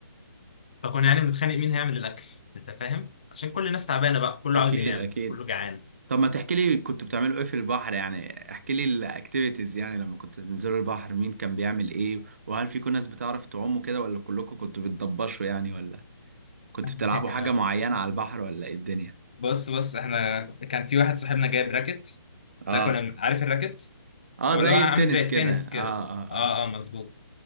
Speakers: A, on the left; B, on the right.
A: فكنا يعني بنتخانق مين هيعمل الأكل أنت فاهم عشان كل الناس تعبانة بقى كله
B: اكيد
A: عاوز ينام
B: اكيد
A: كله جعان
B: طب ما تحكي لي كنت بتعملوا ايه في البحر يعني احكي لي الاكتيفيتيز يعني لما كنت تنزلوا البحر مين كان بيعمل ايه وهل في كون ناس بتعرف تعوم كده ولا كلكم كنتوا بتضبشوا يعني ولا كنتوا
A: <laughs>
B: بتلعبوا حاجة معينة على البحر ولا ايه الدنيا
A: بص بص احنا كان في واحد صاحبنا جايب راكت
B: اه
A: ده كنا بن- عارف الراكت
B: اه
A: هو
B: زي
A: اللي هو عامل
B: التنس
A: زي التنس
B: كده اه
A: كده
B: اه
A: اه
B: اه
A: اه مظبوط